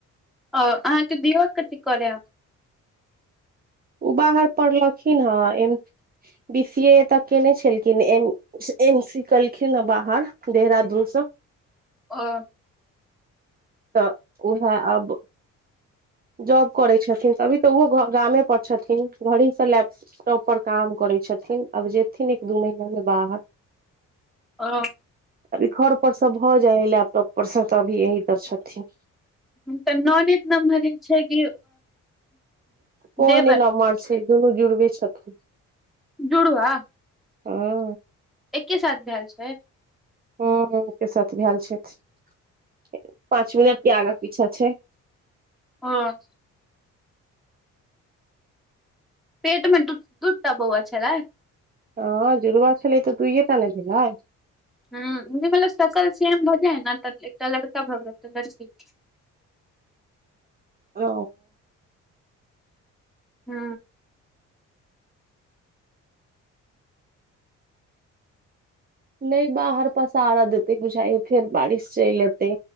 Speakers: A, in the centre; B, on the right.
A: अहाँके दियर कथी करै हे
B: ओ बाहर पढ़लखिन हेँ M B C A A तऽ केने छलखिन एम एम सी केलखिन ह बाहर देहरादून से
A: ओ
B: त उहै अब जॉब करै छथिन अभी त ओहो गामे पर छथिन घड़ीसँ ला क परोपर काम करै छथिन अब जेथिन एक दू महीना मे बाहर
A: ओ <inaudible>
B: अभी घर पर से भ जाय हय लैपटॉप पर से त अभी यही पर छथिन
A: ह त ननैद लग म छै कि
B: कोय
A: देवर
B: नहि लमहर छै दुनू जुड़बे छथिन
A: जुड़ुआ
B: आ
A: एके साथ भेएल छै
B: ह एके साथ भेल छथिन पाँच मिनट के आगा पीछा छै
A: हँ पेट मे दू दू टा बौआ छलै
B: हँ जुड़ुबा छलै तऽ दुइए टा नेे भेलै
A: ह मल सकल सेम भजे है ने त एकटा लड़का भ गेल त लड़की
B: ओ
A: हू
B: नहि बाहर पासार देतै बुझाय य फेर बारिश चलि एतै